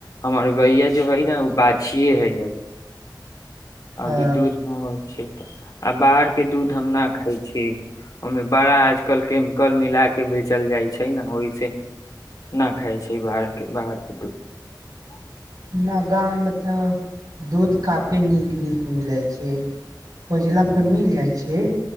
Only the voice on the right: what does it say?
अ,
हमरा गाँवमे तऽ दूध काफी नीक नीक मिलै छै खोजलापर मिल जाइ छियै